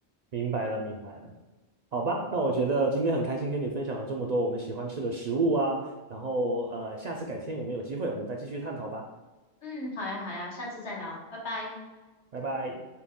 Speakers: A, on the right; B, on the left.
A: 明白了，明白了。好吧，那我觉得今天很开心跟你分享了这么多我们喜欢吃的食物啊，然后呃，下次改天我们有机会我们再继续探讨吧，
B: 嗯，好呀好呀，下次再聊，拜拜。
A: 拜拜。